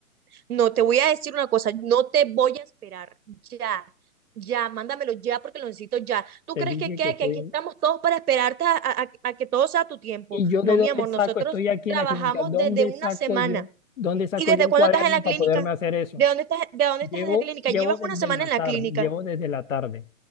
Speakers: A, on the right (about 80°); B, on the left (about 60°).
A: No, te voy a decir una cosa, no te voy a esperar. Ya, ya, mándamelo ya porque lo necesito ya. ¿Tú
B: Te
A: crees
B: dije
A: que qué?
B: que estoy...
A: Que aquí
B: en-
A: estamos todos para esperarte a, a- a que todo sea a tu tiempo.
B: ¿Y yo de
A: No,
B: dónde
A: mi amor,
B: saco?
A: nosotros
B: Estoy aquí
A: trabajamos
B: en la clínica, ¿dónde
A: desde una
B: saco
A: semana.
B: yo? ¿Dónde saco
A: ¿Y desde
B: yo un
A: cuándo
B: cuaderno
A: estás en la
B: para
A: clínica?
B: poderme hacer eso?
A: ¿De dónde estás, de dónde
B: Llevo,
A: estás en la clínica?
B: llevo
A: Llevas
B: desde
A: una semana
B: la
A: en
B: tarde,
A: la clínica.
B: llevo desde la tarde.